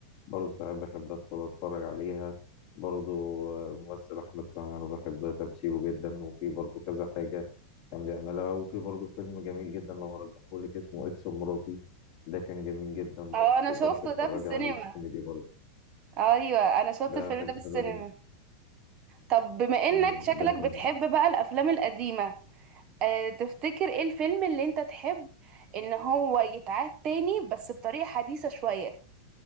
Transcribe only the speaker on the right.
اه انا
شفته
ده في السينما
ايوه انا شفت
الفيلم
ده في السينما
طب بما انك
شكلك
بتحب بقى الافلام القديمه أه تفتكر ايه الفيلم اللي انت تحب ان هو يتعاد تاني بس بطريقه حديثه شويه